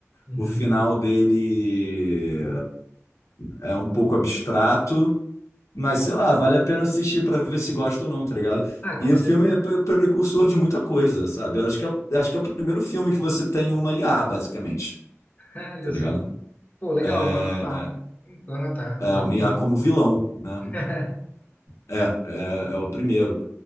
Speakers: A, on the left (about 30°); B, on the left (about 70°).
A: Uhum.
B: o final dele eh, é um pouco abstrato. Mas sei lá, vale a pena assistir pra ver se gosta ou não, tá ligado?
A: Ah,
B: E
A: com
B: o
A: certeza.
B: filme é pre- precursor de muita coisa, sabe? Eu acho que é, acho que é o primeiro filme que você tem uma IA, basicamente,
A: <laughs> Olha
B: tá ligado?
A: só. Pô, legal,
B: É,
A: vou anotar. Vou anotar.
B: é
A: 2001.
B: uma IA como vilão, né?
A: <laughs>
B: É, é, é, é o primeiro.